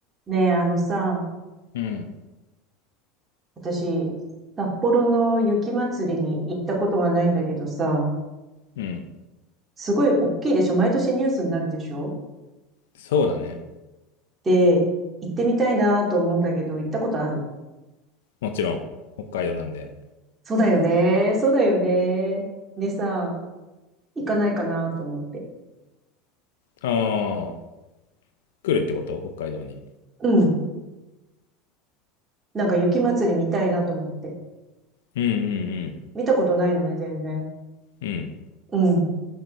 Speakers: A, on the right; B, on the left.
A: ねえ、あのさ、
B: うん。
A: 私、札幌の雪まつりに行ったことがないんだけどさ、
B: うん。
A: すごい大きいでしょ毎年ニュースになるでしょ
B: そうだね。
A: で、行ってみたいなと思うんだけど、行ったことある
B: もちろん。北海道なんで。
A: そうだよね。そうだよね。でさ、行かないかなと思って。
B: ああー、来るってこと北海道に。
A: うん。なんか雪まつり見たいなと思って。
B: うんうん
A: 見たことないのね、全然。
B: うん。うん。
A: うん。